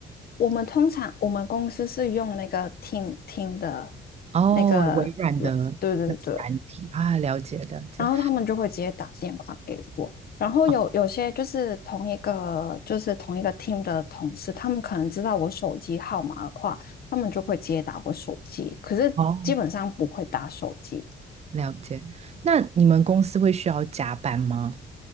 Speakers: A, on the left (about 50°); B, on the right (about 35°).
A: 我们通常我们公司是用那个听听的
B: 哦，
A: 那个软，
B: 微软的那个软体啊，
A: 对对对，
B: 了解了解，
A: 然后他们就会直接打电话给我。然后有有些就是同一个就是同一个
B: 哦，
A: team 的同事，他们可能知道我手机号码的话，他们就会直接打我手机，可是基本上不会打手机。
B: 哦了解。那你们公司会需要加班吗？